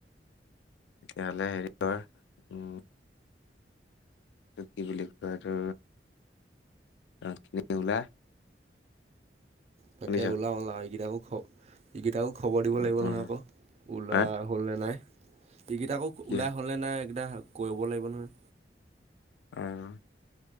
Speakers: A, on the left; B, on the right.
A: তেতিয়াহ'লে হেৰি কৰ উম তোক কি বুলি কয়, এইটো তাছ খিনিকে ওলা।
B: তাকে
A: শুনিছ
B: ওলাউ ওলাই এইকেইটাকো খ এইকেইটাও। খবৰ দিব
A: উম
B: লাগিব
A: উম
B: নহয় আকৌ ওলাই
A: হা
B: হ'লনেে নাই। টিকেট আকৌ
A: কি
B: ওলাই হ'লনে নাই এইকেইটা কৰিব লাগিব নহয়।
A: <unintelligible>